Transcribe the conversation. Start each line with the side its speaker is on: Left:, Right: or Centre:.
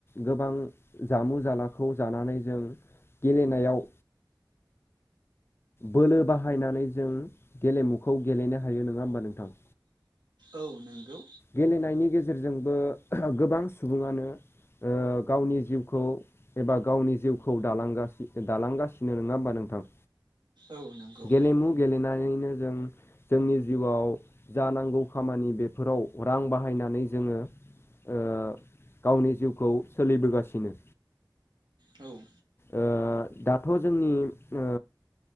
Left: गोबां जामु जालाखौ जानानै जों गेलेनायाव बोलो बाहायनानै जों गेलेमुखौ गेलेनो हायो नोङा होमबा नोंथां?
Right: औ नोंगौ।
Left: गेलेनायनि गेजेरजोंबो <unintelligible> गोबां सुबुङानो ओ गावनि जिउखौ एबा गावनि जिउखौ दालांगासि दालांगासिनो नङा होमबा नोंथां?
Right: औ नंगौ
Left: गेलेमु गेलेनानैनो जों जोंनि जिउआव जानांगौ खामानि बेफोराव रां बाहायनानै जोङो ओ गावनि जिउखौ सोलिबोगासिनो।
Right: औ।
Left: ओ दाथ' जोंनि ओ